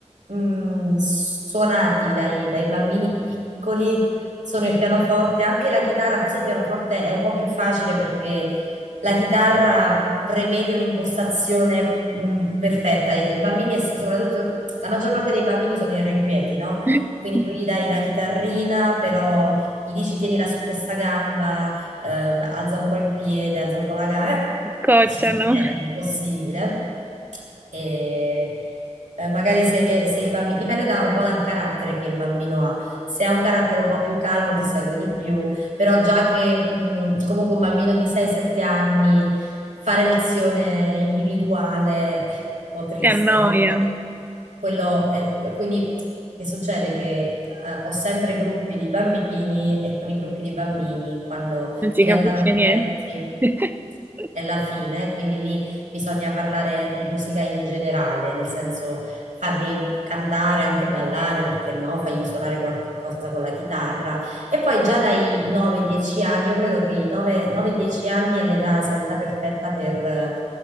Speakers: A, on the right; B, on the right.
A: mh, suonati dai, dai bambini piccoli sono il pianoforte, anche la chitarra, forse il pianoforte è un po' più facile perché la chitarra prevede un'impostazione mh, perfetta. I, i bambini, es- soprattutto la maggior parte dei bambini sono irrequieti, no?
B: <laughs>
A: Quindi tu gli dai la chitarrina, però gli dici tienila su questa gamba ehm, alza un po' il piede, alza un po' la gara,
B: Si scocciano,
A: cioè, non era impossibile. E, eh, magari se, se il bambino, dipende da- un po' dal carattere che il bambino ha. Se ha un carattere un po' più calmo ti segue di più, però già che mh, comunque un bambino di 6-7 anni fare lezione individuale è un po' triste,
B: si annoia,
A: no? Magari quello è- quindi che succede? Che eh, ho sempre gruppi di bambini e con i gruppi di bambini, quando
B: non si
A: diventano
B: capisce
A: amichetti.
B: niente. <laughs> Per
A: È la fine, quindi lì bisogna parlare di musica in generale, nel senso farli cantare, anche ballare, perché no, fargli suonare qualche cosa con la chitarra. E poi già dai 9-10 anni, io credo che i 9-10 anni è l'età- sia l'età perfetta per,